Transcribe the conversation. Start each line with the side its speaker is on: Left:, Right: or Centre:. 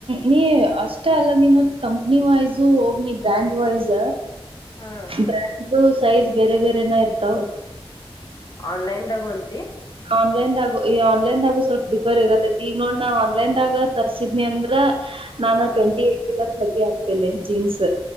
Right: ನೀ ಅಷ್ಟ ಅಲ್ಲ ನಿ ಮತ್ ಕಂಪ್ನಿ ವೈಸ್ ಹೋಗ್ ನೀ ಬ್ರ್ಯಾಂಡ್ ವೈಸ್
Left: ಹಾ
Right: ಬ್ರ್ಯಾಂಡೂ ಸೈಜ್ ಬೇರೆ ಬೇರೆನ ಇರ್ತಾವ
Left: ಆನ್ಲೈನ್ <unintelligible>
Right: ಆನ್ಲೈನ್ದಾಗು ಈ ಆನ್ಲೈನ್ದಾಗು ಸ್ವಲ್ಪ ಡಿಫರ್ ಇರತ್ತೈತಿ ಈಗ ನೋಡ್ ನಾ ಆನ್ಲೈನ್ದಾಗ ತರ್ಸಿದ್ನಿ ಅಂದ್ರ ನಾನ
Left: ಹಾ
Right: ಟ್ವೆಂಟಿ ಏ ಇಲ್ಲ ತರ್ಟಿ ಆಗ್ತೇನೆ ಜೀನ್ಸ್